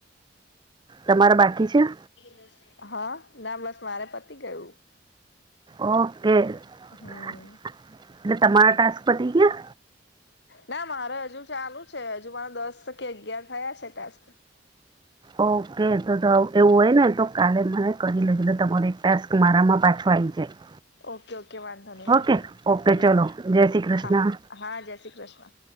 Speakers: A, on the right; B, on the left.
A: તમારા બાકી છે.
B: <unintelligible> હ ના બસ મારે પતી ગયું.
A: ઓકે એટલે
B: હમ
A: તમારા ટાસ્ક પતી ગ્યા.
B: ના મારે હજુ ચાલુ છે, હજુ મારા દસ કે અગિયાર થયા છે ટાસ્ક.
A: ઓકે તો તો એવું હોય ને તો કાલે મને કરી લેજ ને તમારી. ટાસ્ક મારામાં પાછો આઈ જાય.
B: ઓકે ઓકે વાંધો નહી
A: ઓકે
B: વાંધો નહી
A: ઓકે
B: હમ
A: ચલો જય શ્રી કૃષ્ણ.
B: હા હા જય શ્રી કૃષ્ણ.